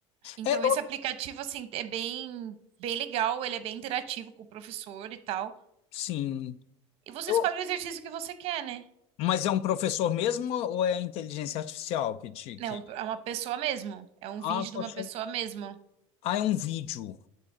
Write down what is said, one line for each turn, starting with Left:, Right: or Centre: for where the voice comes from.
Right: Então,
Left: É, eu-
Right: esse aplicativo, assim, é bem, bem legal, ele é bem interativo com o professor e tal.
Left: sim.
Right: E você
Left: Eu,
Right: escolhe o exercício que você quer, né?
Left: mas é um professor mesmo ou é a inteligência artificial que te.
Right: É
Left: Que...
Right: um- é uma pessoa mesmo. É um
Left: Ah,
Right: vídeo de
Left: poxa.
Right: uma pessoa mesmo.
Left: Ah, é um vídeo.